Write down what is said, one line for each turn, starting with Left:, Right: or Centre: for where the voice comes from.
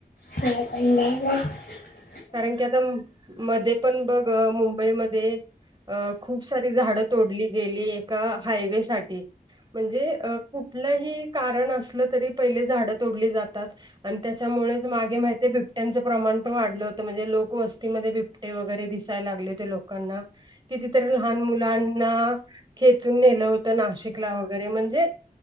Left: हा प <unintelligible>
Right: कारण की आता म.. मध्ये पण बघ मुंबईमध्ये अ खूप सारी झाडं तोडली गेली एका हायवे साठी म्हणजे अ कुठलंही कारण असलं तरी पहिले झाडं तोडली जातात आणि त्याच्यामुळेच मागे माहिताय बिबट्यांचं प्रमाण पण वाढलं होतं म्हणजे लोकवस्तीमध्ये बिबटे वगैरे दिसायला लागले होते लोकांना किती तरी लहान मुलांना खेचून नेलं होत नाशिकला वगैरे म्हणजे